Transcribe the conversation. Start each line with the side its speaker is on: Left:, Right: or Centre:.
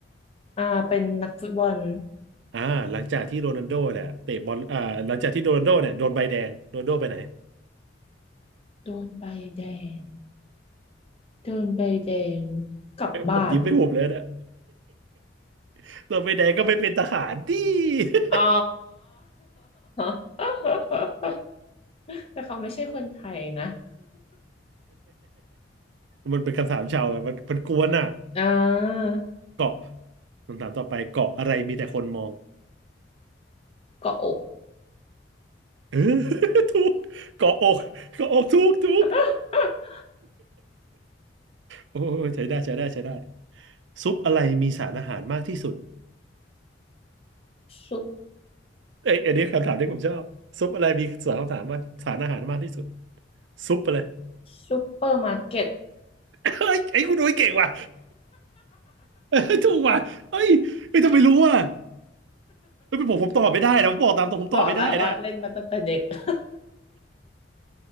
Left: อ่าเป็นนักฟุตบอล
Right: อ่าหลังจากที่โรนัลโดเนี่ยเตะบอลอ่าหลังจากที่โรนัลโดเนี่ยโดนใบแดงโรนัลโดไปไหน
Left: โดนใบแดง โดนใบแดงกลับบ้าน
Right: ผมยิ้มไม่หุบเลยนะ <laughs> เราไป <laughs> ไหนก็ไม่เป็นทหารดิ <laughs>
Left: อ๋อ <laughs> แต่เขาไม่ใช่คนไทยนะ
Right: มันเป็นคำถามชาวไงมันมันกวนอ่ะ
Left: อ่า
Right: เกาะคำถามต่อไปเกาะอะไรมีแต่คนมอง
Left: เกาะอก
Right: เออ <laughs> ถูกเกาะอกเกาะอกถูกถูก
Left: <laughs>
Right: <laughs> โอ้ยใช้ได้ใช้ได้ใช้ได้ซุปอะไรมีสารอาหารมากที่สุด
Left: ซุป
Right: เอ้ยอันนี้คำถามที่ผมชอบซุปอะไรมีสารคำถามว่าสารอาหารมากที่สุด ซุปอะไร
Left: ซุปเปอร์มาร์เก็ต <laughs>
Right: <coughs> เอ้ยไอ้คุณโอ้ยเก่งว่ะ <laughs> เอ้ยถูกว่ะเอ้ยไอ่ต้องไปรู้อ่ะ ไม่เป็นผมผมตอบไม่ได้นะผมบอกตามตรงผมตอบไม่ได้นะ
Left: บอกแล้วว่าเล่นมาตั้งแต่เด็ก <laughs>